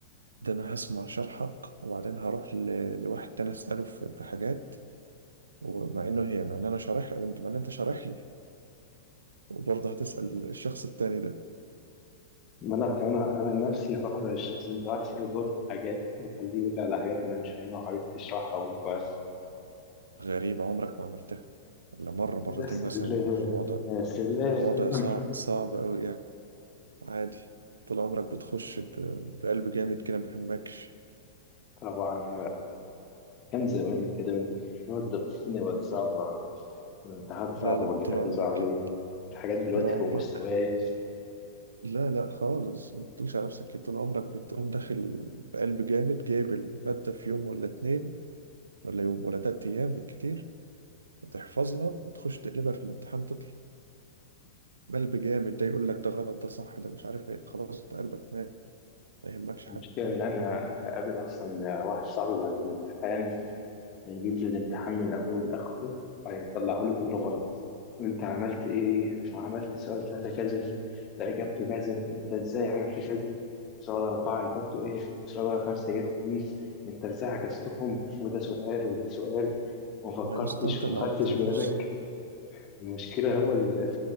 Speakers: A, on the right; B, on the left.
A: ده انا هسمع شرحك وبعدين هروح ل- لواحد تاني اساله في في حاجات ومع انه هي مع ان انا شارح مع ان انت شارح لي وبرضه هتسأل الشخص التاني ده
B: ما انا كمان انا نفسي هروح على الشخص اللي انت قاعد تسأله دلوقتي في حاجات وخليه يقول لي على حاجات انا مش فاهمها وحاجات تشرحها وينفع
A: غريب عمرك ما عملتها إلا مرة مرتين
B: يا سلام
A: مثلا في وضع
B: يا سلام
A: وضع صعب, صعب أوي يعني عادي طول عمرك بتخش ب- بقلب جامد كده ما بيهمكش
B: طبعا كان زمان الكلام ده هو دلوقتي الدنيا بقت صعبة والامتحانات صعبة
A: لا لا
B: والدكاترة
A: طول عمرك
B: صعبين
A: كده
B: الحاجات دلوقتي
A: طول عمرك
B: فوق مستواي
A: لا لا خالص ما تدوش على نفسك كده طول عمرك بتقوم داخل بقلب جامد جايب المادة في يوم ولا اتنين ولا يوم ولا تلات أيام بالكتير وتحفظها وتخش تقلبها في الامتحان تطلع قلب جامد ده يقول لك ده غلط ده صح ده مش عارف ايه خلاص انت قلبك مات ما يهمكش حاجة
B: المشكلة إن أنا هقابل أصلا واحد صاحبي بعد الامتحان هيجيب لي الامتحان من أوله لآخره وهيطلعه لي كله غلط وأنت عملت إيه وعملت سؤال ثلاثة كذا ده إجابته كذا أنت إزاي عملت كذا سؤال أربعة إجابته إيه سؤال خمسة إجابته دي أنت إزاي عكستهم وده سؤال وده سؤال وما فكرتش
A: ما يا اسطى انت
B: وما
A: اللي
B: خدتش
A: عطاني
B: بالك
A: فرصة
B: المشكلة هو ال...